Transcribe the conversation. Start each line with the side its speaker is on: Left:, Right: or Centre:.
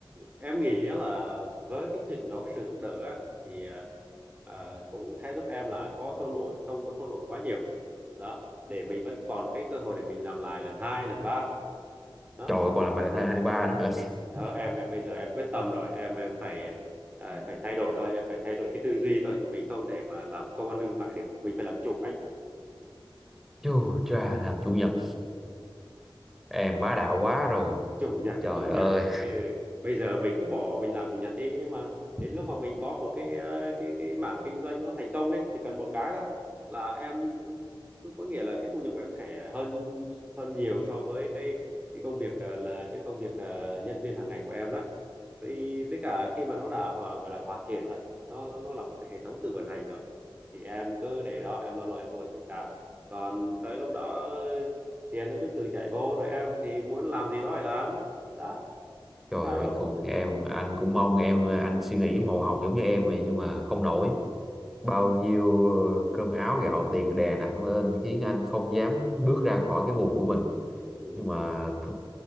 Right: em nghĩ á là với cái trình đó cái sự giúp đỡ á, thì ờ, ờ, cũng sẽ giúp em là có thua lỗi không có thua lỗi quá nhiều đó để mình vẫn còn cái cơ hội để mình làm lại lần hai lần ba đó
Centre: trời ơi, còn làm bài lần hai hai ba nữa hả <laughs>
Right: Đó, em em bây giờ em quyết tâm rồi em em phải ờ, phải thay đổi thôi em phải thay đổi cái tư duy thôi mình không thể mà làm công ăn lương mại được mình phải làm chủ anh.
Centre: chù chà làm chủ nhật em bá đạo quá rồi
Right: chủ nhật
Centre: trời
Right: thì chủ nhật
Centre: ơi
Right: ừ. bây giờ mình cứ bỏ mình làm chủ nhật đi nhưng mà đến lúc mà mình có một cái ờ, cái cái mảng kinh doanh nó thành công đấy chỉ cần một cái thôi là em cứ có nghĩa là cái thu nhập của em sẽ hơn hơn nhiều so với cái cái công việc ờ, là cái công việc ờ, nhân viên hàng ngày của em đó với với cả khi mà nó đã hòa gọi là hoàn thiện rồi nó nó là một cái hệ thống tự vận hành rồi thì em cứ để đó em lo lo em vô em kiểm tra còn tới lúc đó tiền nó cứ tự chảy vô rồi em thì muốn làm gì đó phải làm đó
Centre: trời
Right: có sao đâu
Centre: ơi, cuộc em anh cũng mong em anh suy nghĩ màu hồng giống như em vậy nhưng mà không nổi bao nhiêu ờ, cơm áo gạo tiền đè nặng lên khiến anh không dám bước ra khỏi cái vùng của mình
Right: ừ,
Centre: nhưng mà th-